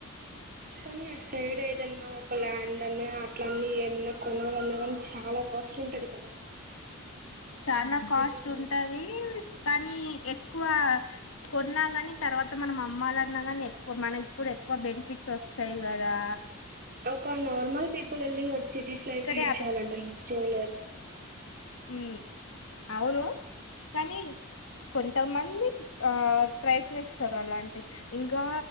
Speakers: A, on the right; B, on the left.
A: కాని అట్ సైడ్ ఏదన్నా ఒక ల్యాండ్ అన్న అట్లన్ని ఏదన్నా కొనగలున్నా కానీ చాలా వాష్ ఉంటది కదా
B: చానా కాస్ట్
A: సిటీస్
B: ఉంటది
A: అంటే
B: కానీ ఎక్కువ కొన్నా కాని తర్వాత మనం అమ్మలున్నా కాని ఎక్కువ మన ఇప్పుడు ఎక్కువ బెనిఫిట్స్ వస్ సై గదా
A: ఒక నార్మల్ పీపుల్ ఎళ్ళి సిటీస్ లైఫ్
B: ఇక్కడే
A: లీడ్ చెయ్యాలంటారు లీడ్ చేయలేరు
B: ఉమ్ అవును కనీ కొంతమంది ఆ ప్రయత్నిస్తారు అలాంటి ఇంకా